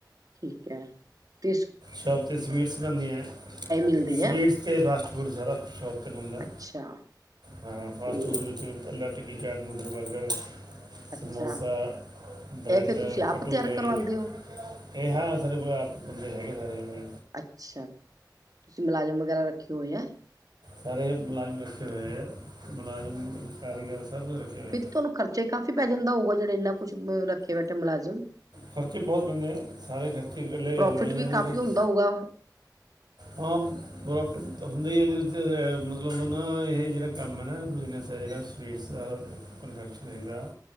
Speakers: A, on the right (about 55°); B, on the right (about 70°).
A: ਠੀਕ ਐ, ਤੇਸ
B: ਸ਼ੋਪ 'ਤੇ ਸਵੀਟਸ ਬਣਦੀਆਂ,
A: ਮਿਲਦੀ
B: ਸਵੀਟਸ
A: ਹੈ
B: ਅਤੇ ਫਾਸਟ- ਫੂਡ ਸਾਰਾ ਸ਼ੋਪ ਤੇ ਬਣਦਾ।
A: ਅੱਛਾ
B: ਹਾਂ ਫਾਸਟ-
A: ਤੇ
B: ਫੂਡ ਵਿੱਚ ਪਲਾ ਟਿੱਕੀ, ਚੈਟ, ਨੂਡਲ ਬਰਗਰ।
A: ਅੱਛਾ
B: ਸਮੋਸਾ, ਬ੍ਰੈੱਡ,
A: ਇਹ ਫਿਰ ਤੁਸੀਂ ਆਪ
B: ਪਟੂਰੇ
A: ਤਿਆਰ ਕਰਵਾਉਂਦੇ ਹੋ
B: ਇਹ ਹਾਂ ਸਾਡੇ ਕੋਲ ਆਪ ਬੰਦੇ ਹੈਗੇ। ਬਾਏ,
A: ਅੱਛਾ ਤੁਸੀਂ ਮੁਲਾਜ਼ਮ ਵਗੈਰਾ ਰੱਖੇ ਹੋਏ ਹੈ।
B: ਸਾਰੇ ਮੁਲਾਜ਼ਮ ਰੱਖੇ ਹੋਏ ਹੈ ਮੁਲਾਜ਼ਮ ਕਾਰੀਗਰ ਸਭ ਕੁਛ ਰੱਖੇ ਹੋਏ ਹੈ
A: ਫਿਰ ਤੇ ਤੁਹਾਨੂੰ ਖਰਚਾ ਹੀ ਕਾਫ਼ੀ ਪੈ ਜਾਂਦਾ ਹੋਊਗਾ ਜਿਹੜੇ ਇਨਾ ਕੁਜ ਰੱਖੇ ਬੈਠੇ ਓ ਮੁਲਾਜ਼ਮ।
B: ਖਰਚੇ ਬਹੁਤ ਹੁੰਦੇ ਆ ਸਾਰੇ ਖਰਚੇ ਇਕੱਲੇ
A: ਪ੍ਰੋਫਿਟ
B: ਹਲਵਾਈਆਂ
A: ਵੀ ਕਾਫ਼ੀ
B: ਦੇ ਖਰਚ
A: ਹੁੰਦਾ ਹੋਊਗਾ।
B: ਹਾਂ, ਪਰੋਫਿਟ ਹੁੰਦਾ ਹੀ ਇਹਦੇ ਵਿੱਚ ਮਤਲਬ ਨਾ ਇਹ ਜਿਹੜਾ ਕੰਮ ਹੈ ਨਾ ਬਿਜ਼ਨਸ ਹੈ ਜਿਹੜਾ। ਵੀਰ ਸਾਹਿਬ ਪਰਫੇਟ ਪੈਦਾ,